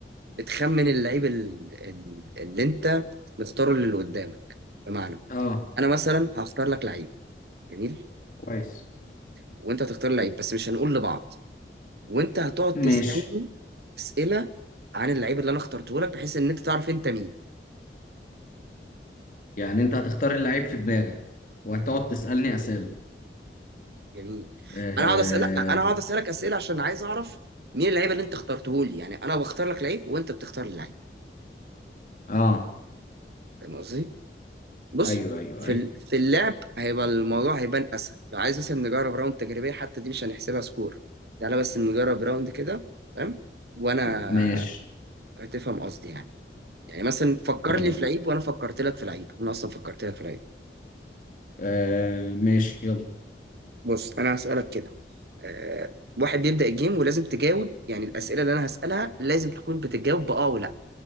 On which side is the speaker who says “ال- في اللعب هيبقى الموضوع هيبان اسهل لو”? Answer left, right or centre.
Right